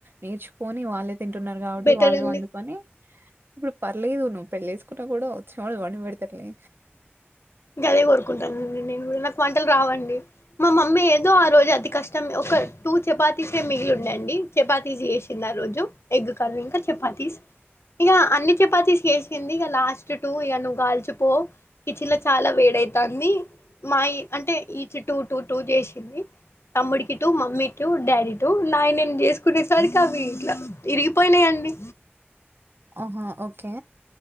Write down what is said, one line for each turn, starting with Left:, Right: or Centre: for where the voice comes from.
Right: నేర్చుకొని వాళ్లే తింటున్నారు కాబట్టి
Left: బెటర్
Right: వాళ్ళని
Left: అండి
Right: వండుకొని ఇప్పుడు పర్లేదు నువ్వు పెళ్లి చేసుకున్నా కూడా వచ్చినవాళ్ళు వండి పెడతారులే
Left: గదే కోరుకుంటాను నేను నాకు వంటలు రావండి మా మమ్మీ ఏదో ఆ రోజు అతి కష్టం ఒక టూ చపాతీసే మిగిలి అండి చపాతీస్ చేసింది ఆ రోజు ఎగ్ కర్రీ ఇంకా చపాతీస్ ఇంగా అన్ని చపాతీస్ చేసింది ఇగ లాస్ట్ టు ఇక నువ్వు కాల్చూపో ఈ చిన్న చిన్న చాలా వేడైతాంది మాయి అంటే ఈ చుట్టూ టూ టూ చేసింది తమ్ముడికి టూ మమ్మీ టూ డాడీ టటు నా నేను చేసుకునేసరి అవి ఇట్లా విరిగిపోయినాయండి
Right: ఆహా! ఓకే.